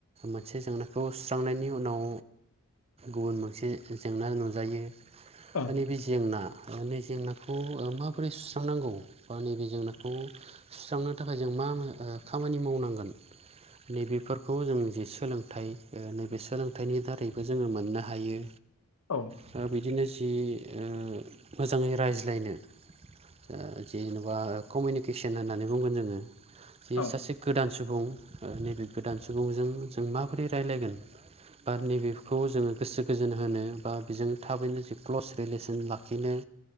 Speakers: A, on the right (about 25°); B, on the left (about 70°).
A: मोनसे जोंनो खौ सुस्रांनायनि उनाव गुबुन मोनसे जेंना नुजायो।
B: ओं
A: खालि से जेंना जेंनाखौ माबोरै सुस्रांनांगौ बा नैबे जेंनाखौ सुस्रांनो थाखाय जों मा ओ खामानि मावनांगोन नैबेफोरखौ जों जि सोलोंथाइ ओ नैबे सोलोंथाइनि दारैबो जोङो मोननो हायो।
B: औ
A: दा बिदिनो जि ओ मोजाङै रायज्लायनो ओ जेन'बा कमिउनिकेसन होननानै बुंगोन जोङो बे
B: औ
A: सासे गोदान सुबुं ओ नैबे गोदान सुबुंजों जों माबोरै राय्लायगोन बा नैबेखौ जोङो गोसो गोजोन होनो बा बेजों थाबैनो जि क्लस रिलेसन लाखिनो